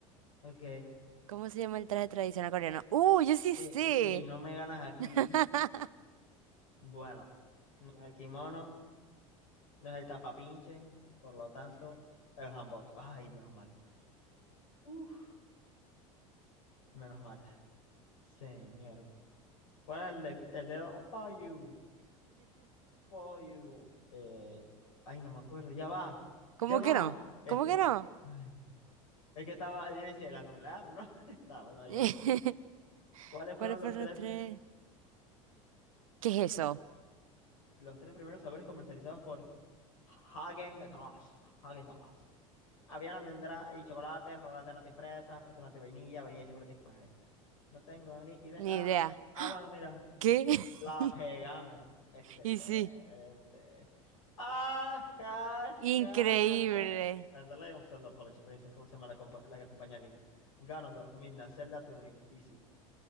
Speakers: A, on the left (about 80°); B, on the right (about 75°).
A: ok.
B: ¿Cómo se llama el traje tradicional coreano? ¡Uh, yo sí
A: Sí,
B: sé!
A: si no me ganas aquí.
B: <laughs>
A: Bueno, no es el kimono, no es el tapapinche, por lo tanto, el hanbok. Ay, menos mal. Uf, menos mal. Señor. ¿Cuál es el, de- el dedo? For you, for you. Eh, ay, no me acuerdo. Ya va,
B: ¿Cómo
A: ya va.
B: que no?
A: Este.
B: ¿Cómo que no?
A: Mm. Es que estaba, yo decía, el anular, ¿no? <laughs> Estaba pensando
B: <laughs>
A: yo. ¿Cuáles
B: ¿Cuáles
A: fueron los
B: fueron
A: tres,
B: los tres? ¿Qué es eso?
A: los tres primeros sabores comercializados por Häagen-Dazs? Häagen-Dazs. Habían almendra y chocolate, chocolate natis fresa, fresa natis vainilla, vainilla y chocolate café. No tengo ni idea.
B: Ni
A: Ah,
B: idea.
A: ah, bueno, mira,
B: ¿Qué?
A: la
B: <laughs>
A: pegamos. Excelente.
B: Y sí,
A: Ah, ja,
B: increíble.
A: ja, ja. Andale en Zelda Twilight Princess, ¿cómo se llama la, compa- la que acompaña a Link? Ganondorf, Midna, Zelda, Toon Link. Easy,